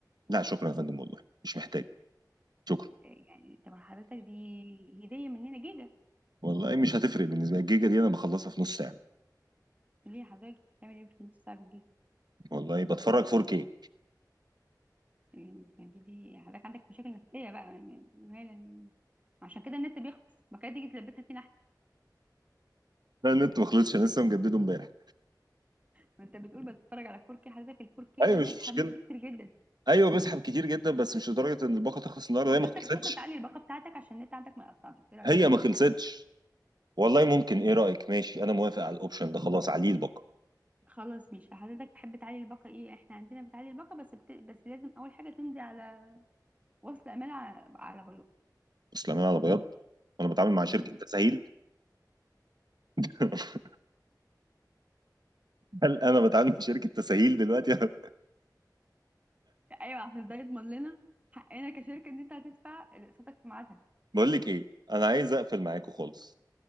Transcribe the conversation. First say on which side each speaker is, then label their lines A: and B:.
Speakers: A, on the right; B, on the right.
A: لا شكرا يا فندم والله مش محتاج شكرا
B: يعني طب حضرتك دي هدية مننا جيجا
A: والله مش هتفرق بالنسبه لي الجيجا دي انا بخلصها في نص ساعه
B: ليه حضرتك بتعمل إيه في نص ساعة بالجيجا؟
A: والله بتفرج 4K
B: يعني بتعملي حضرتك عندك مشاكل نفسية بقى يعني مالا عشان كده النت بيخلص ما كانت تيجي تلبسها فينا احنا
A: لا النت ما خلصش انا لسه مجدده امبارح
B: ما انت بتقول بتتفرج على 4K حضرتك ال 4K
A: ايوه
B: ده بيسحب
A: مش مشكله
B: نت كتير جدا
A: ايوه بيسحب كتير جدا بس مش لدرجه ان الباقه تخلص النهارده
B: حضرتك
A: هي ما خلصتش
B: ممكن تعلي الباقة بتاعتك عشان النت عندك ما يقطعش ايه رأيك
A: هي ما خلصتش والله ممكن ايه رايك ماشي انا موافق على الاوبشن ده خلاص عليه الباقه
B: خلاص مش حضرتك تحب تعلي الباقة ايه احنا عندنا بتعلي الباقة بس بت... بس لازم اول حاجة تمضي على وصل امانة على, على
A: بس لما انا على بياض وانا بتعامل مع
B: بياض
A: شركه تسهيل <laughs> هل انا بتعامل مع شركه تسهيل دلوقتي <laughs>
B: ايوه عشان ده يضمن لنا حقنا كشركه ان انت هتدفع اقساطك في ميعادها
A: بقول لك ايه انا عايز اقفل معاكم خالص